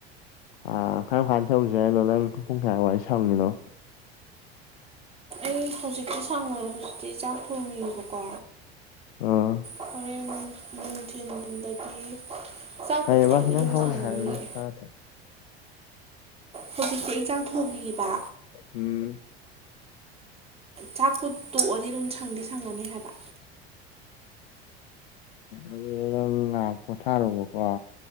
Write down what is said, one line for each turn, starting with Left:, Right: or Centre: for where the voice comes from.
Left: ꯑ ꯀꯔꯝ ꯀꯥꯟꯗ ꯇꯧꯖꯛꯏꯅꯣ ꯅꯪ ꯄꯨꯡ ꯀꯌꯥ ꯋꯥꯔꯤ ꯁꯪꯃꯤꯅꯣ
Right: ꯑꯩ ꯍꯧꯖꯤꯛꯇꯤ ꯁꯥꯡꯉꯦ ꯍꯧꯖꯤꯛꯇꯤ ꯆꯥꯛ ꯊꯣꯡꯉꯤꯑꯦꯕꯀꯣ
Left: ꯑꯥ
Right: ꯍꯣꯔꯦꯟ ꯅꯨꯡꯊꯤꯟꯗꯒꯤ ꯆꯥꯛ
Left: ꯀꯩꯑꯕ
Right: ꯄꯨꯊꯣꯛꯑꯗꯤ
Left: ꯈꯤꯇꯪ
Right: ꯑꯗꯨꯝ
Left: ꯍꯧꯅ
Right: ꯁꯪꯉꯅꯤꯌꯦ
Left: ꯍꯥꯏꯌꯨꯅꯦ ꯇꯥꯗ꯭ꯔꯦ
Right: ꯍꯧꯖꯤꯛꯇꯤ ꯑꯩ ꯆꯥꯡ ꯊꯣꯡꯔꯤꯕ
Left: ꯎꯝ
Right: ꯆꯥꯛꯄꯣ ꯇꯣꯛꯑꯗꯤ ꯑꯗꯨꯝ ꯁꯪꯗꯤ ꯁꯪꯉꯅꯤ ꯍꯥꯏꯕ
Left: ꯑꯗꯨ ꯄꯣꯊꯥꯔꯣꯕꯀꯣ